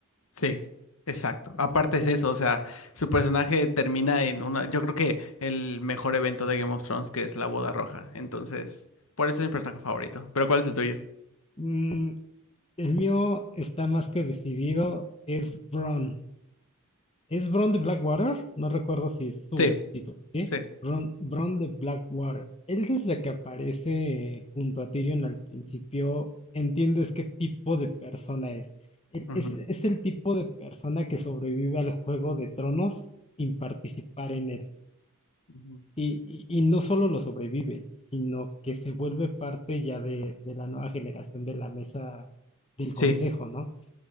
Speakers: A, on the left (about 65°); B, on the left (about 25°).
A: Sí, exacto. Aparte es eso, o sea, su personaje termina en una, yo creo que el mejor evento de Game of Thrones, que es la boda roja. Entonces, por eso es mi personaje favorito. Pero ¿cuál es el tuyo?
B: Mm, el mío está más que decidido, es Bron. Es Bron de Blackwater, no recuerdo si es su
A: Sí,
B: título, ¿sí?
A: sí.
B: Bron, Bron de Blackwater. Él desde que aparece junto a Tyrion al principio, entiendes qué tipo de persona es. Él
A: ujú.
B: Es, es el tipo de persona que sobrevive al Juego de Tronos sin participar en él.
A: Ujú.
B: Y, y- y no solo lo sobrevive, sino que se vuelve parte ya de, de la nueva generación de la mesa del consejo,
A: Sí.
B: ¿no?